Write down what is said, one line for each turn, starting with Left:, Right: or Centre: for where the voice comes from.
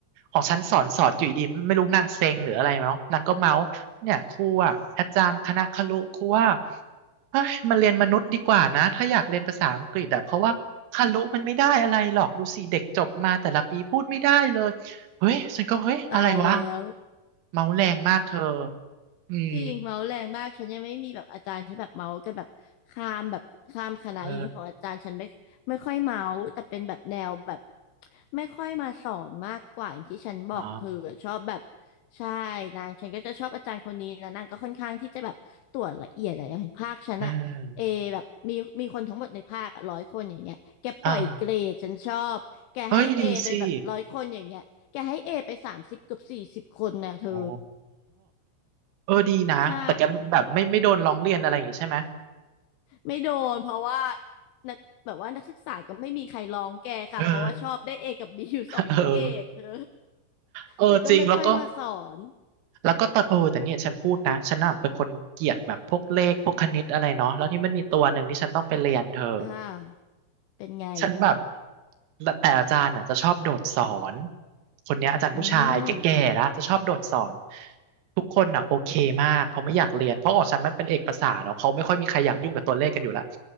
Right: ของฉันสอนสอนอยู่ดีๆไม่รู้นางเซ็งหรืออะไรเนาะนางก็เมาส์เนี่ยครูอ่ะอาจารย์คณะครุครูว่าเฮ้ยมาเรียนมนุษย์ดีกว่านะถ้าอยากเรียนภาษาอังกฤษอะเพราะว่าครุมันไม่ได้อะไรหรอกดูสิเด็กจบมาแต่ละปีพูดไม่ได้เลยเฮ้ยฉันก็เฮ้ยอะไรวะ
Left: ตายแล้ว
Right: เมาส์แรงมากเธออืม
Left: จริงเมาส์แรงมากฉันยังไม่มีแบบอาจารย์ที่แบบเมาส์กันแบบข้ามแบบข้ามคณะอีกของอาจารย์ฉันไม่ไม่ค่อยเมาส์แต่เป็นแบบแนวแบบ
Right: เออ
Left: ไม่ค่อยมาสอนมากกว่าอย่างที่ฉันบอกเธอชอบแบบ
Right: อ๋อ
Left: ใช่นางฉันก็จะชอบอาจารย์คนนี้นะนางก็ค่อนข้างที่จะแบบตรวจละเอียดอะไรภาคฉันอะเอแบบมีมีคนทั้งหมดในภาคร้อยคนอย่างเงี้ยแกปล่อยเกรดฉันชอบแกให้เอไปแบบร้อยคนอย่างเงี้ยแกให้เอไปสามสิบเกือบสี่สิบคนนะเธอ
Right: เอออ่าเอ้ยดีสิโอ้เออดีนะแต่แกแบบไม่ไม่โดนร้องเรียนอะไรอย่างงี้ใช่ไหม
Left: ใช่ ไม่โดนเพราะว่านักแบบว่านักศึกษาก็ไม่มีใครร้องแกค่ะเพราะว่าชอบได้เอกับบีอยู่สองเกรดเออ
Right: เออ <laughs> เออเออจริงแล้วก็
Left: แล้วก็ไม่ค่อยมาสอน
Right: แล้วก็ตอนเออแต่เนี่ยฉันพูดนะฉันน่ะเป็นคนเกลียดแบบพวกเลขพวกคณิตอะไรเนาะแล้วที่มันมีตัวหนึ่งที่ฉันต้องไปเรียนเธอ
Left: อ่าเป็นไง
Right: ฉันแบบและแต่อาจารย์อ่ะจะชอบโดดสอนคนเนี้ยอาจารย์ผู้ชายแก่ๆแล้วจะชอบโดดสอน
Left: อืม
Right: ทุกคนอ่ะโอเคมากเพราะไม่อยากเรียนเพราะออกฉันมันเป็นเอกภาษาเนาะเขาไม่ค่อยมีใครอยากยุ่งกับตัวเลขกันอยู่แล้ว